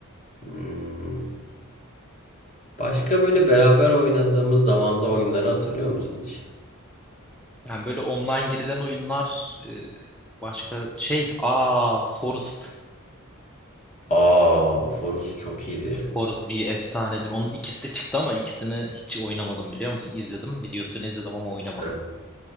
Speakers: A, on the left; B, in the centre.
A: Hmm. Başka böyle beraber oynadığımız zamanda oyunları hatırlıyor musun hiç?
B: Yani böyle online girilen oyunlar e, başka şey aa Forest.
A: Aa, Forus çok iyiydi.
B: Forest bir efsanedir. Onun ikisi de çıktı ama ikisini hiç oynamadım biliyor musun? İzledim. Videosunu izledim ama oynamadım.
A: Evet.